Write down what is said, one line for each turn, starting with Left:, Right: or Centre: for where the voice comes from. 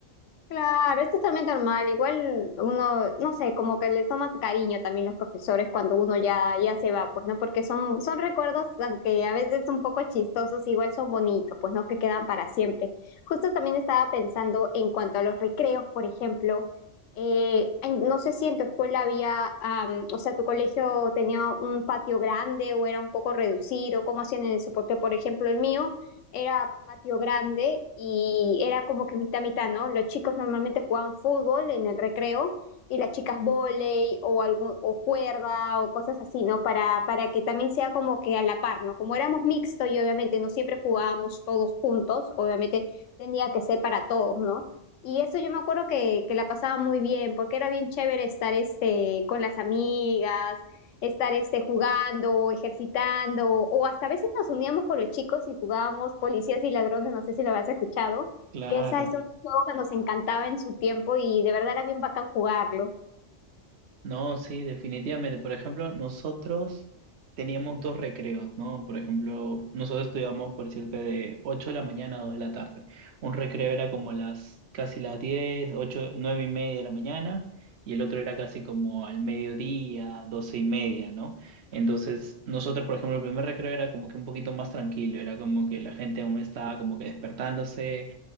Left: Claro, es totalmente normal. Igual uno, no sé, como que le toma cariño también los profesores cuando uno ya, ya se va, pues, ¿no? Porque son, son recuerdos, aunque a veces un poco chistosos, igual son bonitos, pues, ¿no? Que quedan para siempre. Justo también estaba pensando en cuanto a los recreos, por ejemplo. eh, en- no sé si en tu escuela había, am, o sea, tu colegio tenía un patio grande o era un poco reducido, ¿cómo hacían eso? Porque, por ejemplo, el mío era patio grande y era como que mitad mitad, ¿no? Los chicos normalmente jugaban fútbol en el recreo y las chicas volei o algún o cuerda o cosas así, ¿no? Para para que también sea como que a la par, ¿no? Como éramos mixto y obviamente no siempre jugábamos todos juntos, obviamente tenía que ser para todos, ¿no? Y eso yo me acuerdo que, que la pasaba muy bien, porque era bien chévere estar este, con las amigas, estar este, jugando, o ejercitando, o hasta a veces nos uníamos con los chicos y jugábamos policías y ladrones, no sé si lo habrás escuchado,
Right: Claro.
Left: que esa es un juego que nos encantaba en su tiempo y de verdad era bien bacán jugarlo.
Right: No, sí, definitivamente. Por ejemplo, nosotros teníamos dos recreos, ¿no? Por ejemplo, nosotros estudiábamos, por decirte, de 8 de la mañana a 2 de la tarde. Un recreo era como las casi las 10 8 9 y media de la mañana, y el otro era casi como al mediodía, 12 y media, ¿no? Entonces, nosotros, por ejemplo, el primer recreo era como que un poquito más tranquilo, era como que la gente aún estaba como que despertándose,